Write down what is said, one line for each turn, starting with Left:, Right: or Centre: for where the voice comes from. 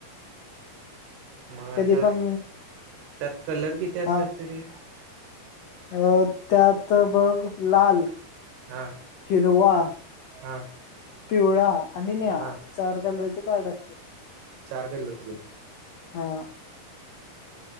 Right: मग आता
Left: कधी पण
Right: त्यात कलर किती असतात
Left: हा
Right: तरी
Left: अ त्यात बघ लाल
Right: हा
Left: हिरवा
Right: हा
Left: पिवळा आणि निळा
Right: हा
Left: चार कलव्याचे काड असतात
Right: चार कलोची
Left: हा